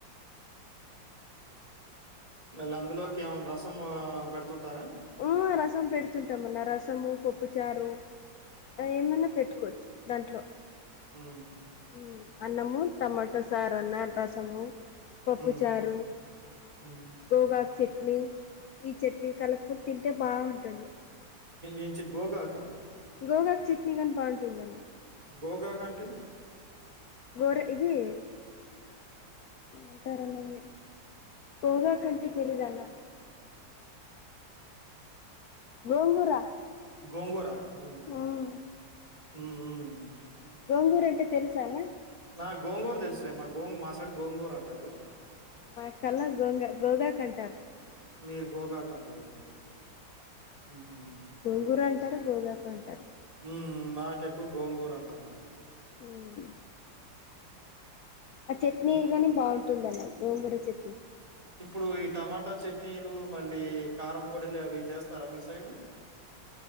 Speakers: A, on the right; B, on the left.
A: మళ్ళ అందులోకి ఏమన్నా రసం పెడుతుంటారా
B: ఆ రసం పెడుతుంటాం అన్న రసము పప్పుచారు ఏమన్నా పెట్టుకోవచ్చు దాంట్లో
A: ఉమ్
B: మ్ అన్నము టమాటో సార్ అన్న రసము పప్పు
A: హ్మ్.
B: చారు
A: హ్మ్.
B: గోగాకు చట్నీ ఈ చట్నీ కలుపుకుం టే బాగుంటుంది
A: ఎంచి గోగాకా
B: గోగాకు చట్నీనీ గాని బాగుంటుందన్న
A: గోగాకు అంటే
B: గోరే ఇది ఏం అంటారన్న ఇది గోగా కంటే తెలీదన్న
A: <inaudible>
B: గోంగూర
A: గోంగురా ఉమ్
B: మ్
A: ఉమ్ ఉమ్
B: గోంగూరు అంటే తెలుసాన్నా
A: నా గోంగూర తెలుసులే మా గోంగ మాసైడ్ గోంగూరు అంటారు
B: మాక్కల్లా గోంగ గోగాకంటారు
A: మీరు గోగా కంటారా ఉహూ
B: గోంగూర అంటారు గోగాకు అంటారు
A: ఉమ్ మాకెక్కువ గోంగూర అంటాము లే
B: ఉమ్ ఆ చట్నీ
A: ఇప్-
B: గాని బాగుంటుంది అన్న గోంగూర చట్నీ
A: ఇప్పుడు ఈ టమాటా చట్నీలు మళ్ళీ కారం పొడిలు అవి చేస్తారా మీ సైడు <inaudible>